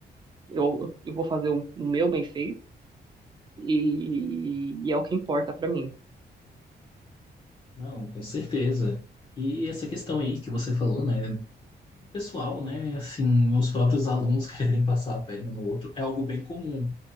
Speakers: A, on the right; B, on the left.
A: eu, eu vou fazer o, o meu bem feito e, e é o que importa pra mim.
B: Não, com certeza. E essa questão aí que você falou, né? O pessoal, né? Assim, os próprios alunos <laughs> quererem passar a perna no outro é algo bem comum.